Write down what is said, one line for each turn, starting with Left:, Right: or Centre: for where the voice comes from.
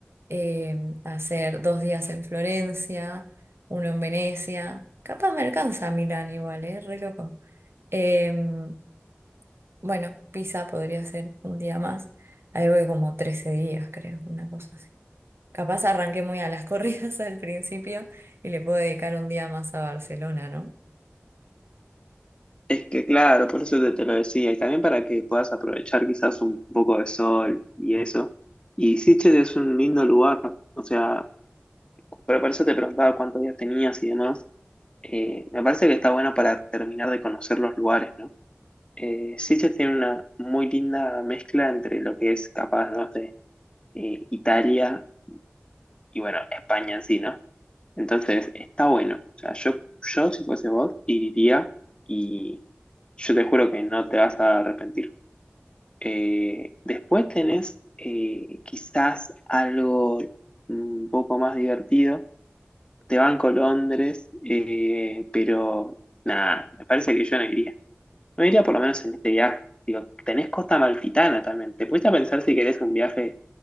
Right: em, hacer dos días en Florencia, uno en Venecia. Capaz me alcanza a Milán igual, ¿eh? Re loco. Em, bueno, Pisa podría ser un día más. Ahí voy como 13 días, creo, una cosa así. Capaz arranqué muy a las <laughs> corridas al principio y le puedo dedicar un día más a Barcelona, ¿no?
Left: Es que claro, por eso te, te lo decía, y también para que puedas aprovechar quizás un poco de sol y eso. Y Sitges es un lindo lugar, o sea, pero por eso te preguntaba cuántos días tenías y demás. Eh, me parece que está bueno para terminar de conocer los lugares, ¿no? Eh, sí se tiene una muy linda mezcla entre lo que es capaz, ¿no? de eh, Italia y bueno, España en sí, ¿no? Entonces, está bueno. O sea, yo, yo si fuese vos, iría y yo te juro que no te vas a arrepentir. Eh, después tenés eh, quizás algo un poco más divertido. Te banco Londres, eh, pero nada, me parece que yo no iría. No iría por lo menos en este viaje. Digo, tenés Costa Amalfitana también. ¿Te pusiste a pensar si querés un viaje